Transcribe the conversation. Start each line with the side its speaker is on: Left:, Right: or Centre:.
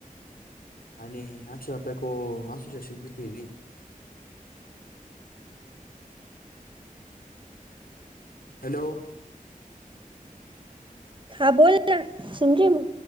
Left: आणि आठच तपय को. आठ सो स्टेशन की फी दी. हॅलो.
Right: हा बोल ना. समजीम.